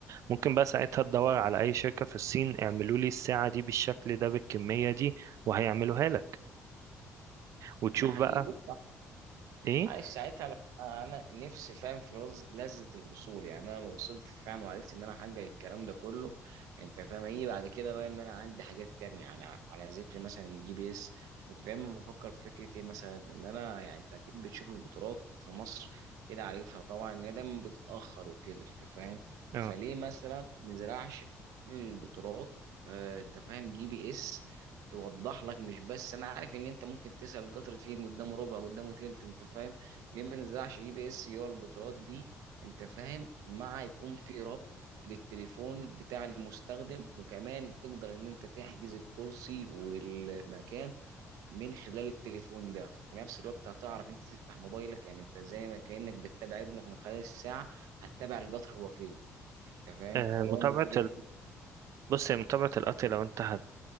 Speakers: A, on the right; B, on the right.
A: ممكن بقى ساعتها تدور على اي شركة في الصين اعملوا لي الساعة دي بالشكل ده بالكمية دي وهيعملوها لك وتشوف
B: ده حقيقي
A: بقى
B: بص
A: ايه
B: عايش ساعتها لو انا نفسي فاهم في رز- لذة الوصول يعني انا لو وصلت فعلا وعرفت ان انا احقق الكلام ده كله انت فاهم ايه بعد كده بقى ان انا عندي حاجات تانية يعني ع- على ذكر مثلا الجي بي اس كنت دايما بفكر في فكرة ايه مثلا ان انا يعني انت اكيد بتشوف القطارات في مصر كده عارفها طبعا ان هي دايما بتتأخر وكده انت فاهم
A: اه
B: فليه مثلا ما نزرعش في كل القطارات آه، انت فاهم جي بي اس توضح لك مش بس انا عارف ان انت ممكن تسأل القطر فين قدامه ربع قدامه تلت انت فاهم ليه ما نزرعش جي بي اس هي الجترات دي انت فاهم مع يكون في ربط للتليفون بتاع المستخدم وكمان تقدر ان انت تحجز الكرسي والمكان من خلال التليفون ده في نفس الوقت هتعرف انت تفتح موبايلك يعني انت زي ما كأنك بتتابع ابنك من خلال الساعة هتتابع القطر هو فين انت فاهم
A: آه،
B: فدايما
A: متابعة
B: فكرة
A: بص هي متابعة القط لو انت هت